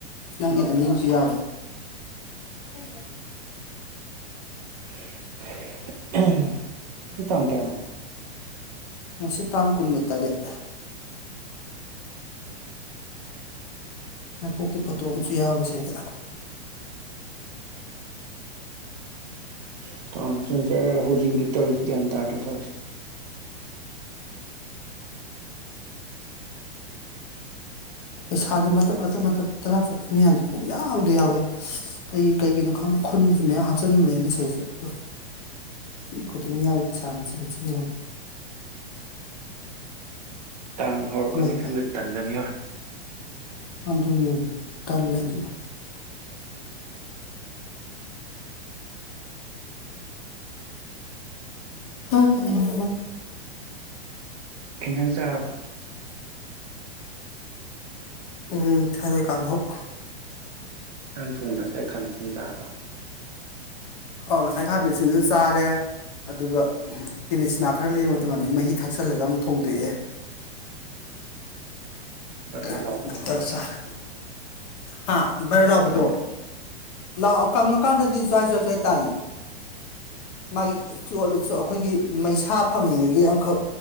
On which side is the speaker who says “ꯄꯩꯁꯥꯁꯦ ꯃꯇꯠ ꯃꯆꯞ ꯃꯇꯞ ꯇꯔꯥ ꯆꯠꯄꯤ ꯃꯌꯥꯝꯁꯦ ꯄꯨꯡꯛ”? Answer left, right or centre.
Left